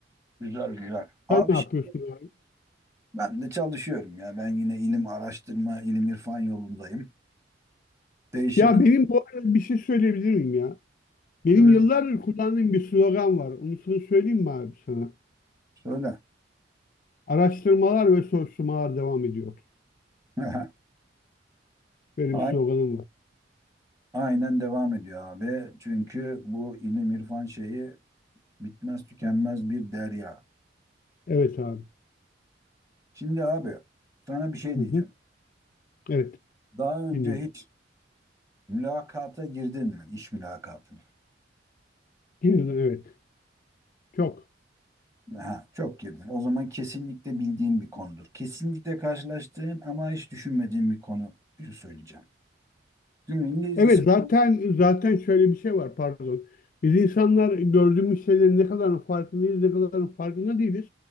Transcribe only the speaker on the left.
Sen ne
yapıyorsun abi?
Ya benim bu arada bir şey söyleyebilir miyim ya? Benim
yıllardır kullandığım bir slogan var. Onu sana söyleyeyim mi abi sana?
Araştırmalar ve soruşturmalar devam ediyor.
Böyle
bir sloganım var.
Evet abi.
Hı
hı. Evet.
Dinliyorum.
Yeniden, evet. Çok.
Evet zaten zaten şöyle bir şey var pardon. Biz insanlar gördüğümüz şeylerin ne kadarının farkındayız, ne kadarının farkında değiliz.